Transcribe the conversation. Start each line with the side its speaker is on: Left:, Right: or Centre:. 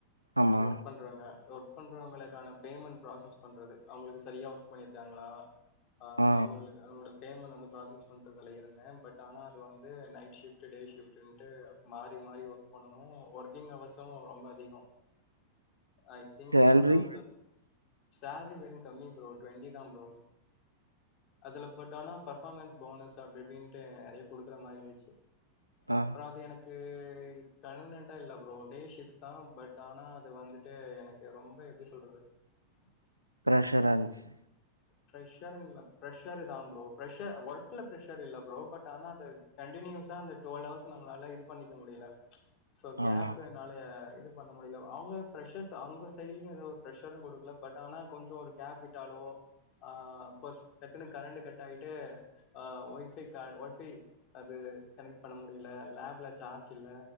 Right: ஆமா
Left: இப்போ ஒர்க் பண்றாங்க ஒர்க் க் பண்றவங்களுக்கான பேமெண் ப்ராசஸ் பண்றது அவுங்களுக்கு சரியா ஒர்க் பண்ணியிருக்காங்களா அ
Right: ஆ
Left: அவுங்களுக்கு <inaudible> அதனோட பேமெண் வந்து ப்ராசஸ் பண்றதுல இருந்தே பட் ஆனா அது வந்து நைட் ஷிஃப்ட்டு டே ஷிஃப்ட்டுன்டு மாறி மாறி ஒர்க் பண்ணனு ஒர்க்கிங் அவர்சோ ரொம்ப அதிகோ I think
Right: salary
Left: twelve hours salary வேற கம்மி ப்ரோ ட்வெண்டி தா ப்ரோ அதுல பட் ஆனா பர்ஃபாமன்ஸ் போனஸ் அப்டிப்டீன்ட்டு நெறைய குடுக்குற மாரி இருந்துச்சு சோ
Right: ஆ
Left: அப்றோ அது எனக்கு அது கன்வினியன்டா இல்ல ப்ரோ டே ஷிஃப் தா பட் ஆனா அது வந்துட்டு எனக்கு ரொம்ப எப்டி சொல்றது அ
Right: ப்ரெஷ்ரான்ச்சு
Left: ஃப்ரெஷருன் இல்ல ப்ரெஷரு தா ப்ரோ ப்ரெஷர் ஒர்க்ல ப்ர்ரெஷர் இல்ல ப்ரோ பட ஆனா அந்த கண்டினியூஸ் தா அந்த டுவல் அவர்ஸ் நம்மளால இது பண்ணிக்க முடியல சோ கேப்னாலயே
Right: ஆமா
Left: இது பண்ண முடியல அவங்க ப்ரெஷர் ச அவங்க சைடலயு எதுவு ஒரு ப்ரெஷரு குடுக்கல பட் ஆனா கொஞ்சோ ஒரு கேப் விட்டாலோ ஆ ப்பஸ் டக்குன்னு கரண்ட் கட் ஆயிட்டு அ ஒய்ஃபை க ஒய்ஃபை அது கனெக்ட் பண்ண முடியல லேப்ல சார்ஜ் இல்ல